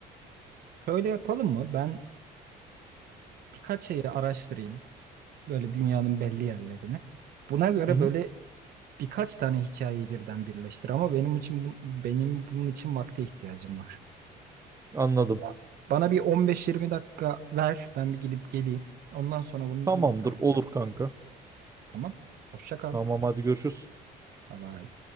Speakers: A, on the right (about 65°); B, on the right (about 20°).
A: Böyle yapalım mı? Ben birkaç şeyi araştırayım. Böyle dünyanın belli yerlerini. Buna göre
B: Hı hı,
A: böyle birkaç tane hikayeyi birden birleştir ama benim için bu- benim bunun için vakte ihtiyacım var.
B: anladım.
A: Ba- Bana bir 15-20 dakika ver. Ben bir gidip geleyim. Ondan sonra bunu
B: Tamamdır
A: iyice tartışalım.
B: olur kanka.
A: Tamam? Hoşça kal.
B: Tamam hadi görüşürüz.
A: Bye bye.